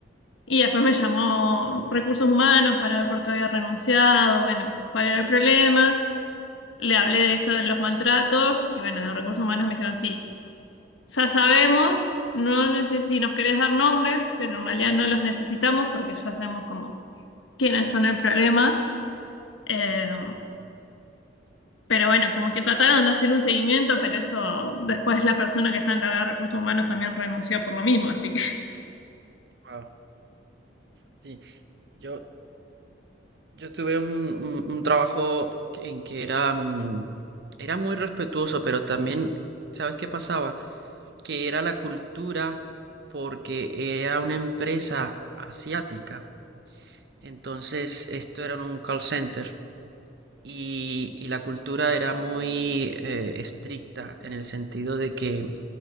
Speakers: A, on the left (about 80°); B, on the right (about 55°).
A: y después me llamó Recursos Humanos para ver por qué había renunciado, bueno, cuál era el problema, le hablé de esto de los maltratos y bueno, de Recursos Humanos me dijeron, sí, ya sabemos, no neces- si nos querés dar nombres, pero en realidad no los necesitamos porque ya sabemos cómo, quiénes son el problema. Eh, Pero bueno, como que trataron de hacer un seguimiento, pero eso después la persona que está encargada de recursos humanos también renunció por lo mismo, así que... <laughs>
B: wao. Sí, yo. Yo tuve un, un- un trabajo que- en que era, mm, era muy respetuoso, pero también, ¿sabes qué pasaba? Que era la cultura porque era una empresa asiática. Entonces, esto era un call center y, y la cultura era muy eh, estricta en el sentido de que